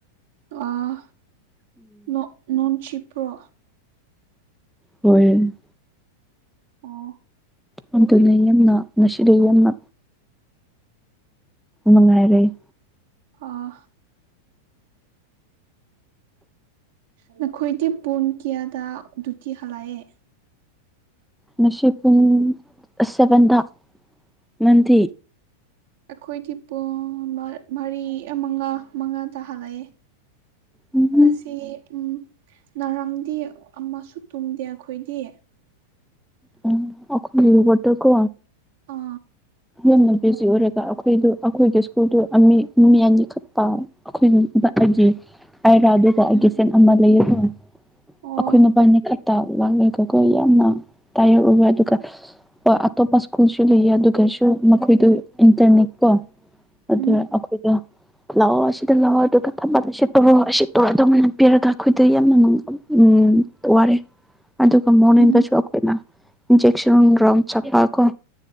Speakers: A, on the right; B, in the centre.
A: ꯑꯥ ꯅꯣ ꯅꯣꯡ ꯆꯤꯄ꯭ꯔꯣ
B: ꯍꯣꯏ
A: ꯑꯣ
B: ꯑꯕꯗꯨꯅꯦ ꯌꯝꯅꯥ ꯉꯁꯤꯗꯩ ꯌꯝꯅꯥ ꯃꯉꯥꯏꯔꯦ
A: ꯑꯥ ꯅꯈꯣꯏꯗꯤ ꯄꯨꯡ ꯀ꯭ꯌꯥꯗ ꯗꯨꯇꯤ ꯍꯂꯥꯏꯑꯦ
B: ꯅꯁꯤ ꯄꯨꯡ ꯁꯦꯚꯦꯟꯗꯥ ꯅꯪꯗꯤ
A: ꯑꯈꯣꯏꯗꯤ ꯄꯨꯡ ꯃ ꯃꯔꯤ ꯑꯥ ꯃꯉꯥ ꯃꯉꯥ ꯇꯥ ꯍꯂꯛꯏ
B: ꯎꯝ
A: ꯉꯁꯤ ꯎꯝ ꯅꯥꯔꯥꯡꯗꯤ ꯑꯃꯥꯁꯨ ꯇꯨꯝꯗꯦ ꯑꯈꯣꯏꯗꯤ
B: ꯎꯝ ꯑꯣꯈꯣꯏ ꯋꯥꯠꯇ ꯀꯣ
A: ꯑꯥ
B: ꯌꯥꯝꯅ ꯕꯤꯖꯤ ꯑꯣꯏꯔꯒ ꯑꯩꯈꯣꯏꯗ ꯑꯩꯈꯣꯏꯒꯤ ꯁ꯭ꯀꯨꯜꯗꯨ ꯑꯃꯤ ꯃꯤ ꯑꯅꯤꯈꯛ ꯑꯩꯈꯣꯏ ꯑꯩꯒꯤ ꯑꯗꯨꯔ ꯑꯩꯒꯤ ꯇꯦꯟ ꯑꯃ ꯂꯩꯌꯦꯀꯣ
A: ꯑꯣ
B: ꯑꯩꯈꯣꯏ ꯅꯨꯄꯥꯅꯤ ꯈꯛꯇ ꯂꯥꯛꯂꯒꯀꯣ ꯌꯥꯝꯅ ꯇꯥꯏꯌꯣ ꯑꯗꯨꯀ ꯑꯇꯣꯞꯄ ꯢꯁ꯭ꯀꯨꯜꯁꯨ ꯂꯩꯌꯦ ꯑꯗꯨ ꯑꯗꯨꯒꯁꯨ ꯃꯈꯣꯏꯗ ꯏꯟꯇꯔꯟꯅꯦ ꯀꯣ ꯑꯗꯨ
A: ꯎꯝ
B: ꯑꯩꯈꯣꯏꯗ ꯂꯥꯛꯑꯣ ꯁꯤꯗ ꯂꯥꯛꯑꯣ ꯑꯗꯨꯒ ꯊꯃꯗ ꯁꯤꯠꯇꯨꯔꯣ ꯁꯤꯠꯇꯣꯔ ꯗꯧꯅꯦ ꯄꯤꯔꯒ ꯑꯩꯈꯣꯏꯗ ꯌꯥꯝꯅ ꯎꯝ ꯋꯥꯔꯦ ꯑꯗꯨꯒ ꯃꯣꯔꯅꯤꯡꯗꯁꯨ
A: ꯎꯝ
B: ꯏꯟꯖꯦꯛꯁꯟ ꯔꯣꯝ ꯆꯠꯄꯀꯣ